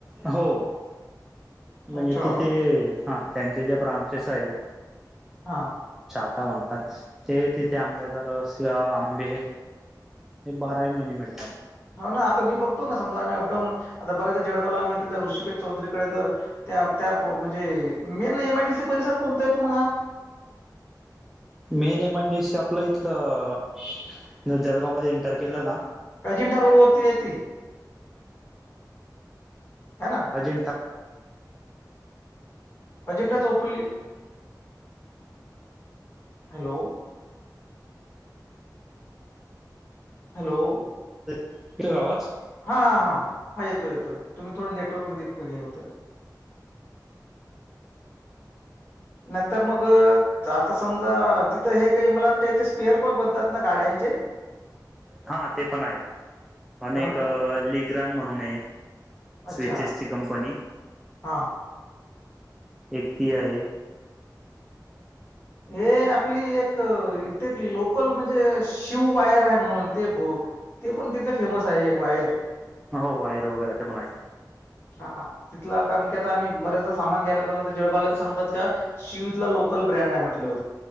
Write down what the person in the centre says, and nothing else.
हो...
म्हणजे तिथे हा त्यांचे ज्या ब्रांचेस आहेत.
का म्हणतात ते तिथे आंब्या जर शिवा आंबे हे बारा महिने मिळते
मेन एम आयडी सी आपलं इथलं जळगाव मध्ये एंटर केलं ना
आजीनंठा
फिर आवाज
हा ते पण आहे अ
एक
लीग रनड म्हणून आहे...
स्विचेसची कंपनी..
ही ती आहे.
हो वायर वगैरेचे पण आहे..